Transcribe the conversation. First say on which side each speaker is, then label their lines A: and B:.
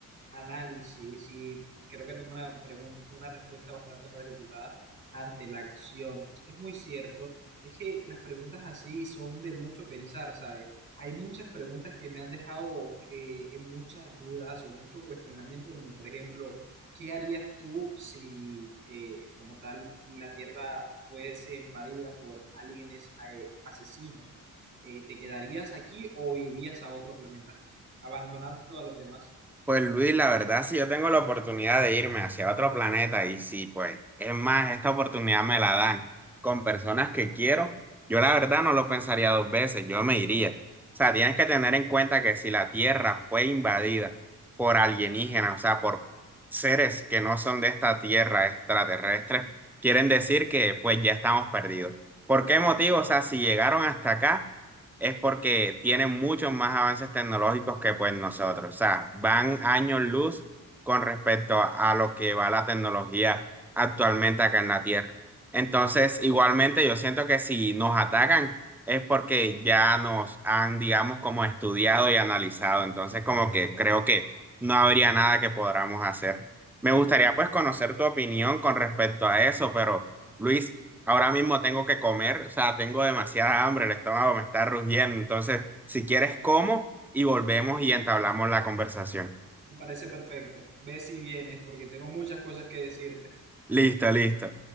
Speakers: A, on the right; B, in the centre.
A: análisis y creo que tomó una pregunta, una respuesta bastante precipitada ante la acción. Es muy cierto, es que las preguntas así son de mucho pensar, ¿sabes? Hay muchas preguntas que me han dejado eh, en muchas dudas o mucho cuestionamiento, como por ejemplo, ¿qué harías tú si eh, como tal la Tierra fuese invadida por aliens eh, asesinos? Eh, ¿te quedarías aquí o irías a otro planeta, abandonando a los demás?
B: Pues Luis, la verdad, si yo tengo la oportunidad de irme hacia otro planeta y si pues es más, esta oportunidad me la dan con personas que quiero, yo la verdad no lo pensaría dos veces, yo me iría. O sea, tienes que tener en cuenta que si la Tierra fue invadida por alienígenas, o sea, por seres que no son de esta Tierra extraterrestres, quieren decir que pues ya estamos perdidos. ¿Por qué motivo? O sea, si llegaron hasta acá es porque tienen muchos más avances tecnológicos que pues nosotros. O sea, van años luz con respecto a, a lo que va la tecnología actualmente acá en la Tierra. Entonces, igualmente yo siento que si nos atacan es porque ya nos han, digamos, como estudiado y analizado. Entonces, como que creo que no habría nada que podamos hacer. Me gustaría pues conocer tu opinión con respecto a eso, pero Luis, Ahora mismo tengo que comer, o sea, tengo demasiada hambre, el estómago me está rugiendo. Entonces, si quieres, como y volvemos y entablamos la conversación.
A: Me parece perfecto. Ve si vienes, porque tengo muchas cosas que decirte.
B: Listo, listo.